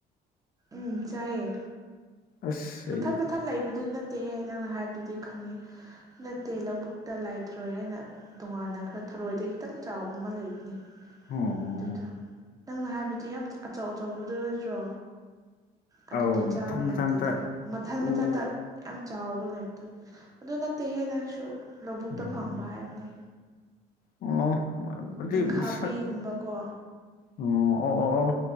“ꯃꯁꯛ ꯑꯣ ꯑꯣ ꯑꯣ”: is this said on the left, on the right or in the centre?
Left